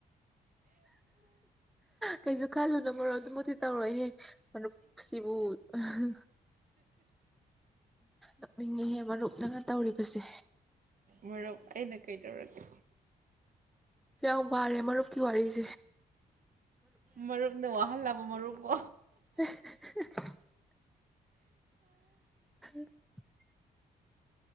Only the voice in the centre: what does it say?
ꯀꯩꯁꯨ ꯈꯜꯂꯨꯅ ꯃꯔꯣ ꯑꯗꯨꯃꯨꯛꯇꯤ ꯇꯧꯔꯣꯏꯍꯦ ꯃꯔꯨꯞ ꯁꯤꯕꯨ ꯍꯝ ꯑꯥ ꯃꯤꯉꯤꯍꯦ ꯃꯔꯨꯞꯅꯪꯅ ꯇꯧꯔꯤꯕꯁꯦ
ꯀ ꯋꯥꯔꯦ ꯃꯔꯨꯞꯀꯤ ꯋꯥꯔꯤꯁ
ꯍꯍ ꯍꯍ ꯍ <inaudible>